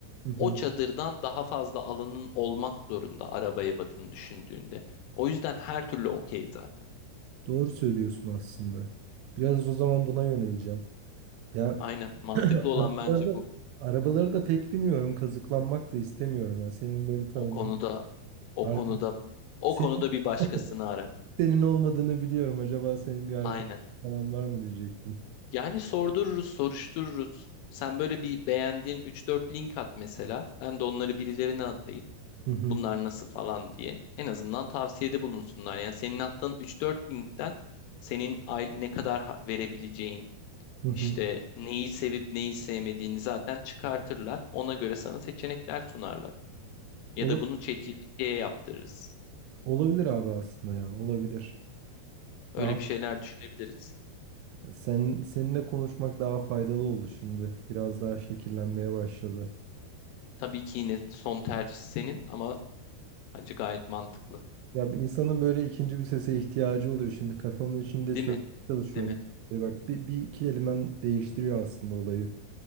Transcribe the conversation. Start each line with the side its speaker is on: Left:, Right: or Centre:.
Right: Hı hı.
Left: o çadırdan daha fazla alanın olmak zorunda araba ebatını düşündüğünde. O yüzden her türlü okey zaten.
Right: Doğru söylüyorsun aslında. Biraz o zaman buna yöneleceğim. Ya
Left: Aynen mantıklı
Right: <clears throat>
Left: olan
Right: arabalarda,
Left: bence bu.
Right: arabaları da pek biniyorum. Kazıklanmak da istemiyorum. Ya. Senin böyle tanıdığın
Left: O konuda o
Right: arkadaş.
Left: konuda o
Right: Senin,
Left: konuda bir başkasını
Right: <laughs>
Left: ara.
Right: senin olmadığını biliyorum. Acaba senin bir arkadaşın
Left: Aynen.
Right: falan var mı diyecektim.
Left: Yani sordururuz, soruştururuz. Sen böyle bir beğendiğin üç dört link at mesela. Ben de onları birilerine atayım.
Right: Hı hı.
Left: Bunlar nasıl falan diye. En azından tavsiyede bulunsunlar. Yani senin attığın üç dört linkten senin aile ne kadar ha- verebileceğin,
Right: Hı hı.
Left: işte neyi sevip neyi sevmediğini zaten çıkartırlar. Ona göre sana seçenekler sunarlar. Ya
Right: Ola-
Left: da bunu ChatGPT'ye yaptırırız.
Right: olabilir abi aslında ya. Olabilir.
Left: Öyle
Right: Daha
Left: bir şeyler düşünebiliriz.
Right: sen seninle konuşmak daha faydalı oldu şimdi. Biraz daha şekillenmeye başladı.
Left: Tabii ki yine son tercih senin ama bence gayet mantıklı.
Right: Ya insanın böyle ikinci bir sese ihtiyacı oluyor. Şimdi kafamın içinde
Left: Değil
Right: çözmeye
Left: mi?
Right: çalışıyorum.
Left: Değil mi?
Right: E bak bir, bir iki kelimem değiştiriyor aslında olayı.